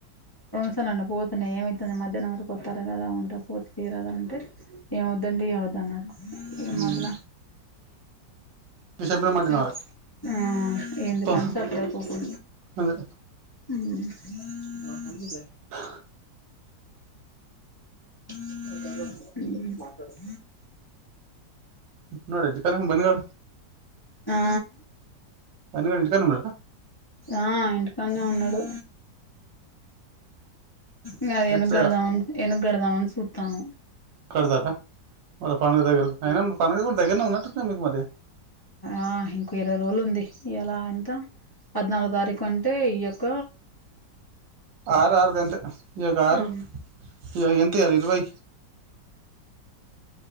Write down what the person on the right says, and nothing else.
ఉమ్
నువ్వు చెప్పిన మాట వినాలే
పో
అదే
ఆ
నో తెలుసా కనీం బంద్గడ
తన్ని గాడు ఇంటి కాడే ఉన్నాడా
ఎట్లేదా
కడతాల్లా వాళ్ళ పండగ దగ్గర అయినా పండగ కూడా దగ్గరనే ఉన్నట్టుంది గా మీకు మరి
ఆరారు గంతే ఇగ కారు
ఇయాల ఎంత ఇయాల ఇరవై